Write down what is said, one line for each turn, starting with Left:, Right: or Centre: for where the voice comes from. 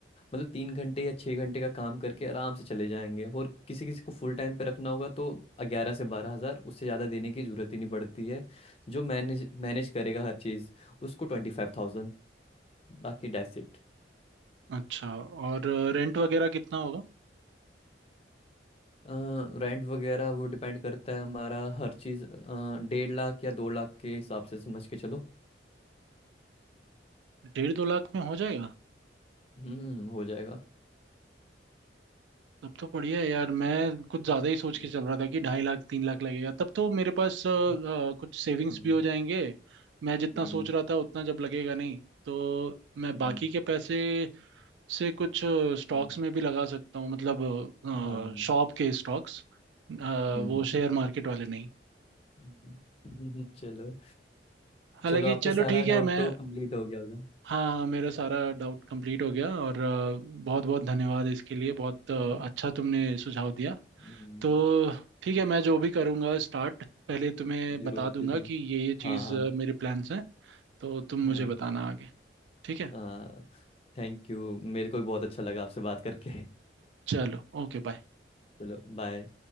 Left: मतलब तीन घंटे या छः घंटे का काम करके आराम से चले जाएंगे और किसी किसी को फुल टाइम पे रखना होगा तो ग्यारह से बारह हजार उससे ज़्यादा देने की जरूरत ही नहीं पड़ती है जो मैनेज मैनेज करेगा हर चीज़ उसको ट्वेंटी फाइव थाउजेंड बाकी डेट्स इट
Right: अच्छा और रेंट वगैरह कितना होगा
Left: रेंट वगैरह वो डिपेंड करता है हमारा हर चीज़ अ, डेढ़ लाख या दो लाख के हिसाब से समझ के चलो
Right: डेढ़ दो लाख में हो जाएगा
Left: हम्म हो जाएगा
Right: तब तो बढ़िया है यार मैं कुछ ज्यादा ही सोच
Left: हम्म,
Right: के चल रहा था कि ढाई लाख तीन लाख लगेगा तब तो मेरे पास अ, अ,
Left: हम्म,
Right: कुछ सेविंग्स
Left: हम्म।
Right: भी हो जाएंगे मैं जितना
Left: हम्म
Right: सोच रहा था उतना जब लगेगा नहीं तो मैं
Left: हम्म,
Right: बाकी के पैसे से कुछ स्टॉक्स
Left: हम्म,
Right: में भी लगा सकता हूँ मतलब
Left: हाँ हम्म,
Right: शॉप के स्टॉक्स
Left: हम्म,
Right: वो
Left: हम्म,
Right: शेयर मार्केट वाले नहीं
Left: हम्म, <laughs> हम्म, चलो
Right: हालांकि
Left: चलो आपका
Right: चलो
Left: सारा
Right: ठीक है
Left: डाउट
Right: मैं
Left: तो कंप्लीट हो गया होगा
Right: हाँ हाँ मेरा सारा डाउट कंप्लीट हो गया और बहुत बहुत धन्यवाद इसके लिए बहुत अ,
Left: हम्म,
Right: अच्छा तुमने सुझाव दिया
Left: हम्म,
Right: तो ठीक है मैं जो भी करूँगा स्टार्ट पहले तुम्हें
Left: जरूर
Right: बता दूंगा
Left: जरूर
Right: कि ये ये चीज़
Left: हाँ
Right: अ, मेरे प्लान्स हैं तो तुम
Left: हाँ
Right: मुझे बताना आगे ठीक है
Left: हाँ थैंक यू मेरे को भी बहुत अच्छा लगा आपसे बात करके <laughs>
Right: चलो ओके बाय
Left: चलो बाय